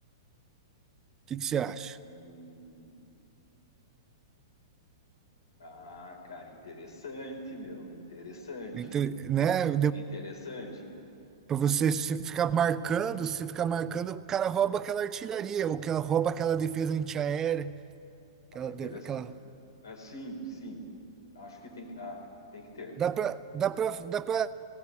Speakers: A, on the right; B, on the left.
A: que que você acha?
B: Hum. Ah, cara, interessante, meu. Interessante.
A: Então, né,
B: Interessante.
A: para você se ficar marcando, se ficar marcando, o cara rouba aquela artilharia ou que ela rouba aquela defesa antiaérea, aquela,
B: Acho interessante.
A: de- aquela
B: Ah, sim, sim. Acho que tem que. Ah, tem que ter.
A: Dá para dá para dá para